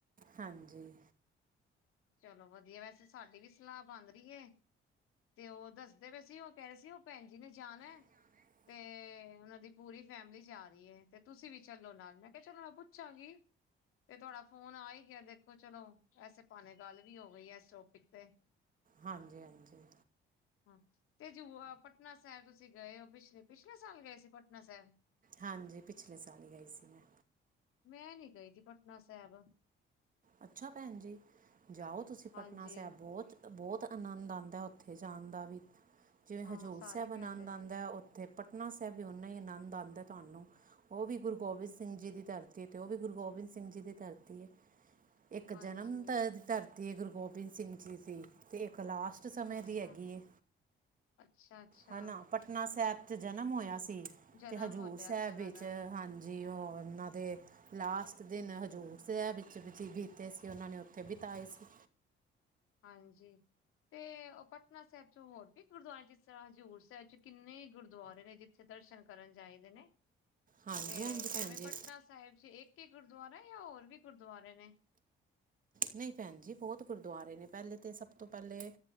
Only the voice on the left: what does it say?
ਚਲੋ ਵਧੀਆ ਵੈਸੇ ਸਾਡੀ ਵੀ ਸਲਾ ਬਾਣ ਰੀ ਏ ਤੇ ਓ ਦੱਸਦੇ ਪੇਸੀ ਓ ਕੈਰੇ ਸੀ ਓ ਭੈਣ ਜੀ ਨੇ ਜਾਣੈ
ਤੇ ਓਨਾਂ ਦੀ ਪੂਰੀ ਫੈਮਿਲੀ ਜਾ ਰਿਏ, ਤੇ ਤੁਸੀ ਵੀ ਚੱਲੋ ਨਾਲ ਮੈਂ ਕੇਆ ਚਲੋ ਮੈਂ ਪੁੱਛਾਗੀ ਤੇ ਤਵਾਡਾ ਫੋਨ ਆ ਈ ਗੇਆ ਦੇਖੋ ਚਲੋ, ਐਸੇ ਭਾਣੇ ਗੱਲ ਵੀ ਓਗੀ ੲੈਸ ਟੋਪਿਕ ਤੇ
ਹਾਂ, ਤੇ ਜੁਆ ਪਟਨਾ ਸੈਬ ਚ ਗਏ ਓ ਪਿਛਲੇ-ਪਿਛਲੇ ਸਾਲ ਗਏ ਸੀ, ਪਟਨਾ ਸੈਬ
ਮੈ ਨੀ ਗਈ ਜੀ ਪਟਨਾ ਸੈਬ
ਹਾਂਜੀ
ਹਾਂ
ਸਾਰੇ
ਕਹਿੰਦੇ
ਨੇ।
ਹਾਂਜੀ
ਅੱਛਾ
ਅੱਛਾ ਅੱਛਾ
ਜਨਮ
ਹੋਇਆ
ਸੀ ਉਹਨਾਂ
ਦਾ।
ਹਾਂਜੀ ਤੇ ਉਹ ਪਟਨਾ ਸਾਹਿਬ ਚ ਹੋਰ ਵੀ ਗੁਰਦਆਰੇ ਜਿਸ ਤਰ੍ਹਾਂ ਹਜ਼ੂਰ ਸਾਹਿਬ ਚ ਕਿੰਨੇ ਹੀ ਗੁਰਦੁਆਰੇ ਨੇ ਜੇ ਚ ਦਰਸ਼ਨ ਕਰਨ ਜਾਈਦੇ ਨੇ
ਤੇ
ਐਵੇਂ
ਪਟਨਾ ਸਾਹਿਬ ਚ ਇੱਕ ਹੀ ਗੁਰਦੁਆਰਾ ਯਾ ਹੋਰ ਵੀ ਗੁਰਦੁਆਰੇ ਨੇ